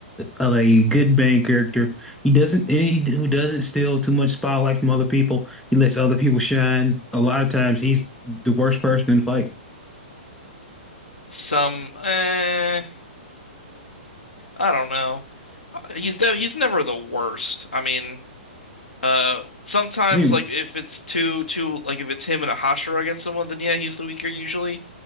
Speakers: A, in the centre; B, on the left.
A: a good main character. He doesn't, and he who doesn't steal too much spotlight from other people. He lets other people shine. A lot of times, he's the worst person in the fight.
B: Some, eh, I don't know. He's de he's never the worst. I mean, uh, sometimes
A: I mean,
B: like if it's too too like if it's him and a Hashira against someone, then yeah, he's the weaker usually.